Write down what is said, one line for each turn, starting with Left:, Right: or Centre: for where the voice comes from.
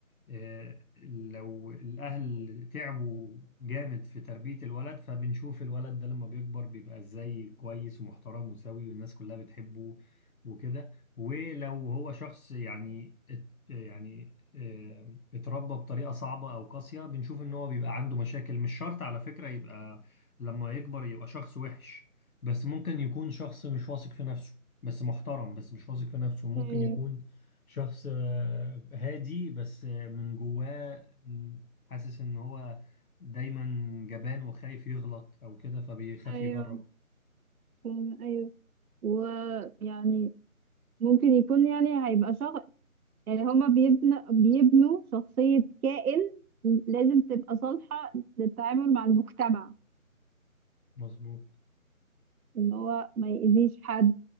Left: آه، لو الأهل تعبوا جامد في تربية الولد فبنشوف الولد ده لما بيكبر بيبقى إزاي كويس ومحترم وسوي والناس كلها بتحبه وكده ولو هو شخص يعني ات- يعني آه، اتربى بطريقة صعبة أو قاسية بنشوف إن هو بيبقى عنده مشاكل مش شرط على فكرة يبقى لما يكبر يبقى شخص وحش بس ممكن يكون شخص مش واثق في نفسه بس محترم بس مش واثق في نفسه ممكن
Right: ايوه
Left: يكون شخص آه، هادي بس آه، من جواه م، حاسس ان هو دايما جبان وخايف يغلط او كده فبيخاف
Right: ايوه
Left: يجرب
Right: فاهمة. ايوه ويعني ممكن يكون يعني هيبقى شخص يعني هما بيبنى بيبنوا شخصية كائن لازم تبقى صالحة للتعامل مع المجتمع
Left: مظبوط
Right: ان هو ما يأذيش حد